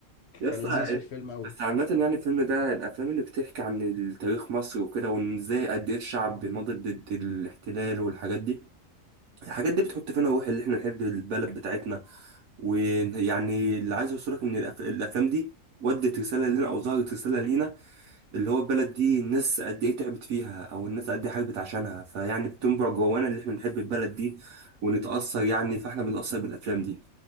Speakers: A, on the right; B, on the left.
A: يا
B: كان
A: اسطى
B: لذيذ في الفيلم قوي
A: بس عامة يعني الفيلم ده الأفلام اللي بتحكي عن التاريخ مصر وكده وإن إزاي قد إيه الشعب بيناضل ضد الاحتلال والحاجات دي الحاجات دي بتحط فينا روح اللي احنا نحب البلد بتاعتنا ويعني اللي عايز اوصلك ان الأف- الافلام دي ودت رساله لنا او ظهرت رساله لينا اللي هو البلد دي الناس قد ايه تعبت فيها او الناس قد ايه حاربت عشانها فيعني بتنبع جوانا اللي احنا نحب البلد دي ونتاثر يعني فاحنا بنتاثر بالافلام دي